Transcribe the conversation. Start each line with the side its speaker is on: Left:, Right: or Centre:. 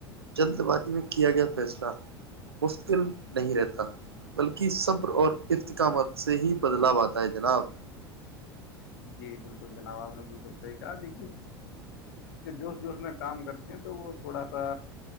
Right: جلد بازی میں کیا گیا فیصلہ مشکل نہیں رہتا بلکہ صبر اور افتکامات سے ہی بدلاؤ آتا ہے جناب
Left: جی بالکل جناب آپ نے بالکل صحیح کہا دیکھیے جو جوش جوش میں کام کرتے ہیں تو وہ تھوڑا سا